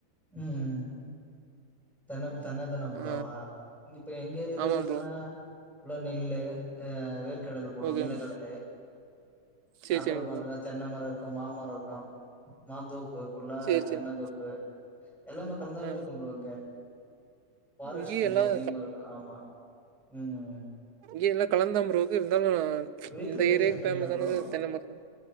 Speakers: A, in the centre; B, on the right.
A: ம்ம் தென்ன தென்னைதானா புள்ளாவா
B: ஆ
A: இங்க இப்ப எங்க ஏரியால
B: ஆமா
A: பாத்தனா
B: ப்ரோ.
A: ஃபுல்லா நெல்லு ஆஹ் வேர் கடல போடுவாங்க
B: ஓகே
A: நில
B: ப்ரோ.
A: கடலு
B: சரி
A: அப்பறம்
B: சரிங்க
A: பாத்தன்னா
B: ப்ரோ.
A: தென்னமரம் இருக்கு மாமரம் இருக்கு மாந்தோப் உப்பு புள்ளா
B: சரி சரிங்க.
A: தென்னந்தோப்பு எல்லாமே கலந்தாவே
B: ஆ
A: இருக்கும் ப்ரோ இங்க பாரஸ்ட்
B: இங்கேயும்
A: இங்க
B: எல்லாம்
A: அதிகமா இருக்கு ஆமா ம் ம்
B: இங்க எல்லாம் கலந்து தான் ப்ரோயிருக்கு இருந்தாலும்
A: வீட்ல
B: இந்த
A: விவசாயம்
B: ஏரியாக்கு
A: பண்ணீங்களா
B: பேமஸ்
A: ப்ரோ?
B: ஆனது தென்ன மரத்தாம்